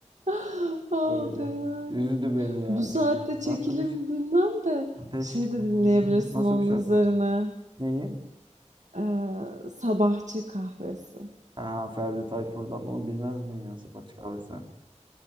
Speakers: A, on the right (about 80°); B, on the right (about 40°).
A: <gasps>
B: <laughs>
A: Aa,
B: Öyle.
A: fenaymış.
B: Üzdü beni yani.
A: Bu saatte
B: bu.
A: çekilir
B: Nasıl bir ş-
A: mi bilmem de
B: Ateş.
A: şey de
B: e,
A: dinleyebilirsin
B: Nasıl
A: onun
B: bir şarkı?
A: üzerine.
B: Neyi?
A: Ee, sabahçı kahvesi. <gasps>
B: Ha, Ferdi Tayfur'dan onu bilmez miyim ya? Sabah kahvesi.